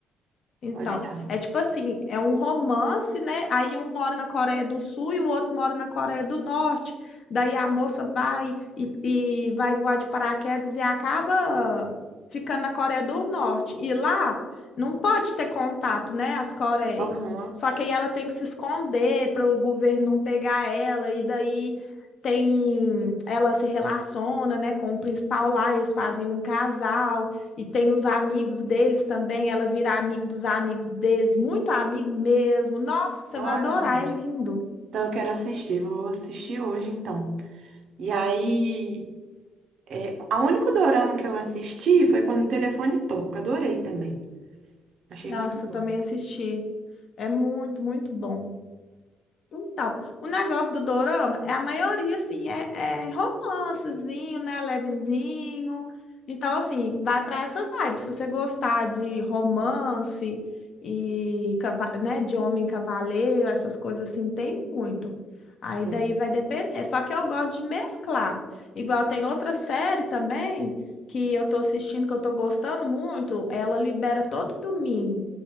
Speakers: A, on the left; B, on the right.
A: Então,
B: Pode dar.
A: é tipo assim, é um romance, né? Aí um mora na Coreia do Sul e o outro mora na Coreia do Norte. Daí a moça vai e, e vai voar de paraquedas e acaba ficando na Coreia do Norte. E lá não pode ter contato, né? As Coreias.
B: Aham.
A: Só que aí ela tem que se esconder para o governo não pegar ela. E daí tem, ela se relaciona, né, com o principal lá. Eles fazem um casal e tem os amigos deles também, ela vira amigo dos amigos deles, muito amigo mesmo. Nossa, você
B: Olha,
A: vai adorar, é lindo.
B: então eu quero assistir. Vou assistir hoje, então. E aí. É, a único dorama que eu assisti foi quando o telefone toca. Adorei também. Achei
A: Nossa,
B: muito bom.
A: eu também assisti. É muito, muito bom. Então, o negócio do dorama é a maioria, assim, é, é romancezinho, né? Levezinho. Então, assim, vai para essa vibe. Se você gostar de romance e, cava- né, de homem cavaleiro, essas coisas assim, tem muito. Aí
B: É.
A: daí vai depender. Só que eu gosto de mesclar. Igual tem outra série também que eu tô assistindo, que eu tô gostando muito. Ela libera todo domingo